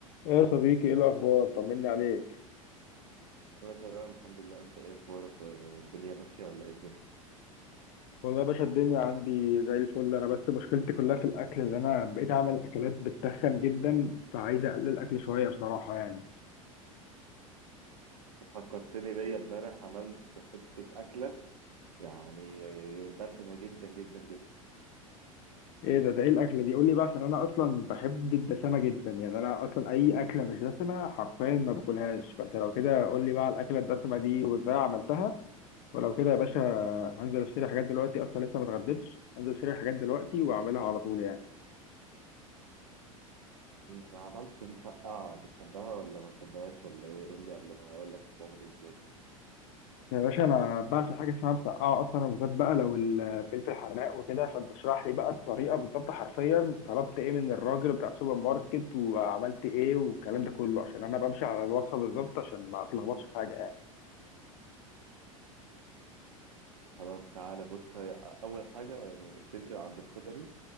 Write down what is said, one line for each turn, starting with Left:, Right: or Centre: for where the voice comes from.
Left: يا صديقي ايه الاخبار طمني عليك
Right: انا تمام الحمد لله انت ايه اخبارك والدنيا ماشيه ولا ايه الدنيا
Left: والله يا باشا الدنيا عندي زي الفل انا بس مشكلتي كلها في الاكل اللي انا بقيت اعمل اكلات بتخن جدا فعايز اقلل الاكل شويه بصراحه يعني
Right: فكرتني بيا امبارح عملت حته اكله يعني دسمه جدا جدا جدا
Left: ايه ده ده ايه الاكله دي قول لي بقى عشان انا اصلا بحب الدسمه جدا يعني انا اصلا اي اكله مش دسمه حرفيا ما باكلهاش فانت لو كده قول لي بقى على الاكله الدسمه دي وازاي عملتها ولو كده يا باشا هنزل اشتري حاجات دلوقتي اصلا لسه ما اتغديتش هنزل اشتري حاجات دلوقتي واعملها على طول يعني
Right: م- عملت مسقعه بتحبها ولا ما بتحبهاش ولا ايه قول لي قبل ما اقول لك بتعمل ازاي
Left: يا باشا انا بعشق حاجه اسمها مسقعه اصلا وبالذات بقى لو الفلفل حراق وكده فانت اشرح لي بقى الطريقه بالظبط حرفيا طلبت ايه من الراجل بتاع السوبر ماركت وعملت ايه والكلام ده كله عشان انا بمشي على الوصفه بالظبط عشان ما اتلخبطش في حاجه يعني
Right: خلاص تعالى بص هي اول حاجه تنزل عند الخضري